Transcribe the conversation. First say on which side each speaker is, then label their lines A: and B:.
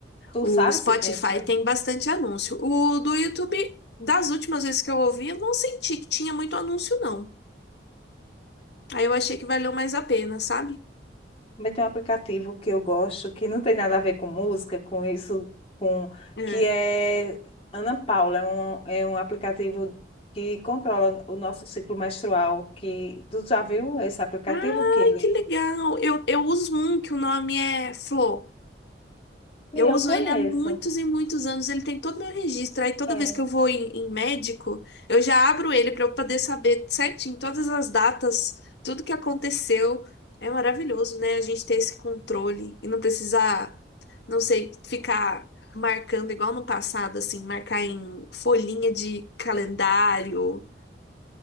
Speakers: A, on the left; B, on the left.
A: Tu
B: O
A: sabe
B: Spotify
A: se tem esse
B: tem bastante anúncio. O do YouTube, das últimas vezes que eu ouvi, eu não senti que tinha muito anúncio, não. Aí eu achei que valeu mais a pena, sabe?
A: Também tem um aplicativo que eu gosto, que não tem nada a ver com música, com isso, com
B: É.
A: que é Ana Paula, é um, é um aplicativo que controla o nosso ciclo menstrual, que tu já viu esse aplicativo
B: Ai,
A: que ele...
B: que legal! Eu, eu uso um que o nome é Flo.
A: Sim,
B: Eu
A: eu
B: uso
A: conheço.
B: ele há muitos e muitos anos. Ele tem todo o meu registro. Aí toda
A: É,
B: vez que eu vou em, em médico, eu já abro ele para eu poder saber certinho todas as datas, tudo que aconteceu. É maravilhoso, né? A gente ter esse controle e não precisar, não sei, ficar marcando igual no passado, assim, marcar em folhinha de calendário.